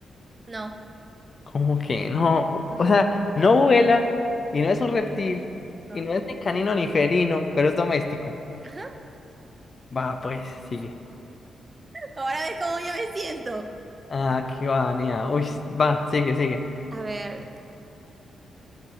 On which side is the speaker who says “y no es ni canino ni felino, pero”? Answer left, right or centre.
Left